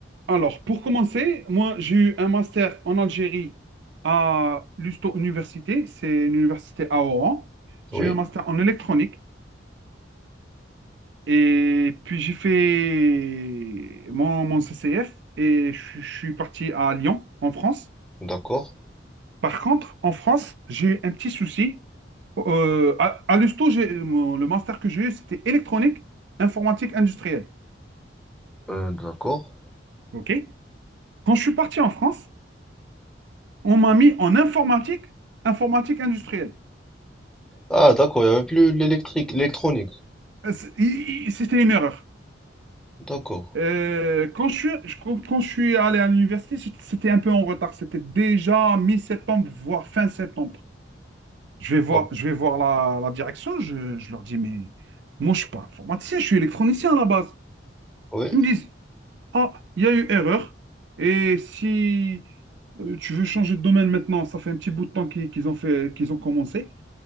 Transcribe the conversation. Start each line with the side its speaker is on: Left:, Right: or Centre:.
Right: Alors pour commencer, moi j'ai eu un master en Algérie à l'Usto Université, c'est une université à Oran.
Centre: Oui,
Right: J'ai eu un master en électronique. Et puis j'ai fait mon, mon CCF et je, je suis parti à Lyon, en France.
Centre: d'accord.
Right: Par contre, en France, j'ai eu un petit souci. Euh, à, à l'USTO, j'ai, mon- le master que j'ai eu, c'était électronique, informatique industrielle.
Centre: Euh, d'accord.
Right: OK? Quand je suis parti en France, on m'a mis en informatique, informatique industrielle.
Centre: Ah, d'accord, il n'y avait plus l'électrique, l'électronique.
Right: Euh, c'est- i- i- C'était une erreur.
Centre: D'accord.
Right: Euh, quand je suis, je- quand, quand je suis allé à l'université, c'était un peu en retard. C'était déjà mi-septembre, voire fin septembre. Je vais voir,
Centre: Donc,
Right: je vais voir la, la direction, je, je leur dis, mais moi, je ne suis pas informaticien, je suis électronicien à la base.
Centre: Oui.
Right: Ils me disent, ah, il y a eu erreur, et si euh, tu veux changer de domaine maintenant, ça fait un petit bout de temps qu'ils qu'ils ont fait, qu'ils ont commencé,